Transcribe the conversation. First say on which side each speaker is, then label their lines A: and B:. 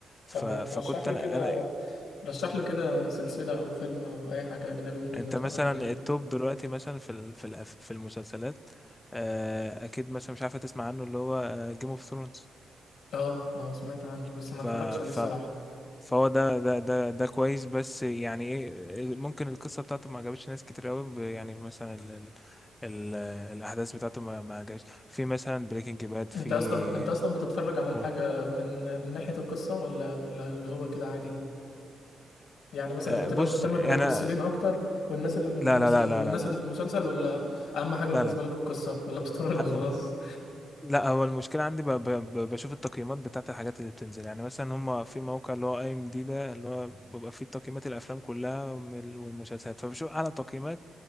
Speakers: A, on the left (about 20°); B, on the left (about 85°).
A: ف...
B: طب ما
A: فكنت
B: ترشح لي
A: انا
B: كده
A: انا
B: رشح لي كده سلسله او فيلم او اي حاجه اجنبي ممكن
A: انت
B: نتفرج
A: مثلا
B: عليها
A: التوب دلوقتي مثلا في ال... في الأف- في المسلسلات آه، اكيد مثلا مش عارفه تسمع عنه اللي هو جيم اوف ثرونز
B: اه اه سمعت عنه بس
A: ف
B: ما اتفرجتش عليه
A: ف
B: الصراحه
A: فهو ده ده ده ده كويس بس يعني ايه ممكن القصه بتاعته ما عجبتش ناس كتير قوي ب- يعني مثلا ال ال ال الاحداث بتاعته ما ما عجبتش في مثلا بريكنج باد
B: انت
A: في
B: اصلا انت اصلا بتتفرج على الحاجة
A: قول
B: من من ناحية القصة ولا من اللي هو كده عادي يعني مثلا
A: آه،
B: بتبقى
A: بص
B: مهتم
A: انا
B: بالممثلين اكتر والناس اللي في الممس...
A: لا لا لا
B: والناس
A: لا لا لا
B: اللي في المسلسل ولا اهم حاجة
A: لا
B: بالنسبة لك القصة ولا بتتفرج
A: لا
B: وخلاص
A: لا لا لا هو المشكلة عندي ب... ب... ب- بشوف التقييمات بتاعت الحاجات اللي بتنزل يعني مثلا هما في موقع اللي هو اي ام دي ده اللي هو بيبقى فيه تقييمات الافلام كلها وال- والمسلسلات فبشوف اعلى تقييمات